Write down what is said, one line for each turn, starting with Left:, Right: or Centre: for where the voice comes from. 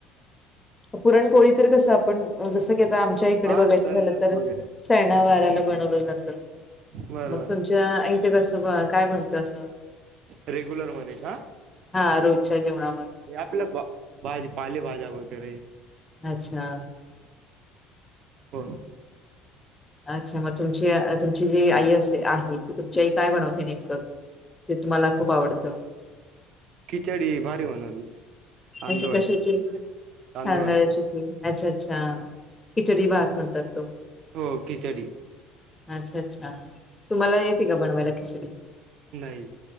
Left: पुरणपोळी तर कसं आपण जस की आता आमच्या इकडे
Right: हा
Left: बघायचं
Right: सण
Left: झालं तर
Right: वगैरे
Left: सणा वाराला बनवलं जात
Right: बरोबर
Left: मग तुमच्या इथ कस काय म्हणत अस
Right: रेग्युलर मध्ये का
Left: हा रोजच्या जेवणा
Right: आपल्या भाजी पालेभाज्या वगैरे
Left: अच्छा
Right: हो
Left: अच्छा मग तुमची तुमची जी आई अस आहे त तुमची आई काय बनवते नेमकी ते तुम्हाला खूप आवडतं
Right: खिचडी भारी बनवली तांदुळाची
Left: अच्छा कशाची
Right: तांदुळाची
Left: तांदळाची क अच्छा अच्छा खिचडी भात म्हणतात तो
Right: हो खिचडी
Left: अच्छा अच्छा तुम्हाला येते का बनवायला खिचडी
Right: नाही